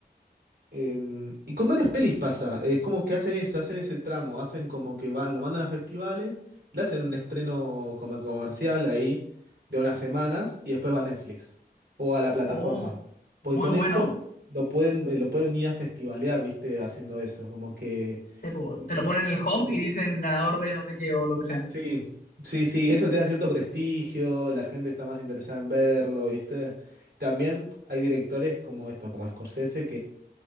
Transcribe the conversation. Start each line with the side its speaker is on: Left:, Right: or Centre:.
Right: Em, y con varias pelis pasa, es como que hacen eso, hacen ese tramo, hacen como que van, lo mandan a festivales, le hacen un estreno como comercial ahí de unas semanas y después va a Netflix o a la plataforma.
Left: Oh,
Right: Porque
Left: muy
Right: con
Left: bueno.
Right: eso lo pueden, eh, lo pueden ir a festivalear, ¿viste? Haciendo eso, como que...
Left: Te, po-
Right: y
Left: te
Right: Sí,
Left: lo ponen en el home y dicen ganador de no sé qué o lo que sea.
Right: sí, sí, sí, eso te da cierto prestigio, la gente está más interesada en verlo, ¿viste? También hay directores como esto, como Scorsese,